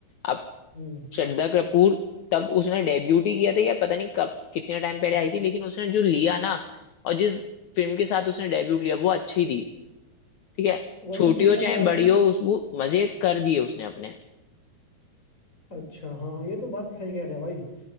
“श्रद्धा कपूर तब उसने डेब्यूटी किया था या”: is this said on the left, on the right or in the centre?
Left